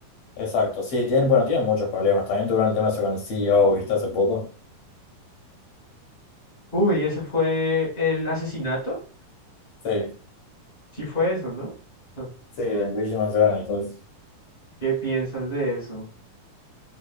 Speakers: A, on the left; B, on the left.
A: exacto. Sí, tienen, bueno, tienen muchos problemas. También tuvieron el tema ese con el CEO, ¿viste? Hace poco.
B: Uy, ese fue el asesinato.
A: Sí,
B: Sí fue eso, ¿no? Ja, <laughs>
A: sí, de Luigi Mangione y todo eso.
B: ¿Qué piensas de eso?